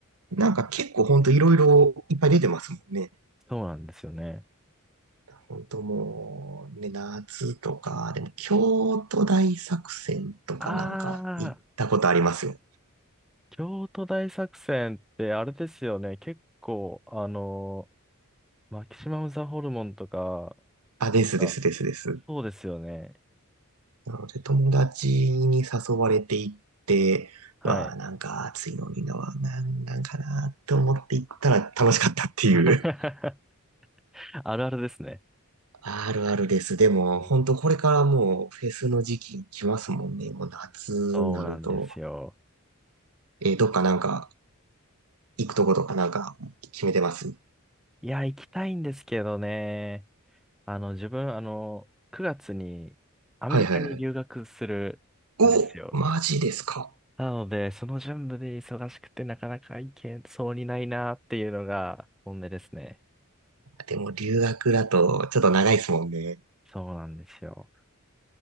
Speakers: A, on the right (about 85°); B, in the centre.
A: なんか結構ほんといろいろいっぱい出てますもんね。
B: そうなんですよね。
A: ほんともう、ね、夏とか、でも京都大作戦とかなんか行ったことありますよ。
B: ああ、京都大作戦ってあれですよね。結構、あの、マキシマムザホルモンとか、
A: あ、
B: なんか、
A: ですですですです。
B: そうですよね。
A: なので、友達に誘われていって、
B: はい。
A: うわあ、なんか暑いのにな、なんなんかなって思って行ったら楽しかったっていう。
B: <laughs> あるあるですね。
A: <laughs> あるあるです。でも、
B: うん
A: 本当これからもうフェスの時期来ますもんね。もう夏になると。
B: そうなんですよ。
A: えーどっかなんか行くとことかなんか決めてます
B: いや、行きたいんですけどね。あの、自分、あの、9月にアメリカに留学するんですよ。
A: はいはいはい。お、マジですか。
B: なので、その準備で忙しくてなかなか行けそうにないなっていうのが本音ですね。
A: でも留学だとちょっと長いですもんね。
B: そうなんですよ。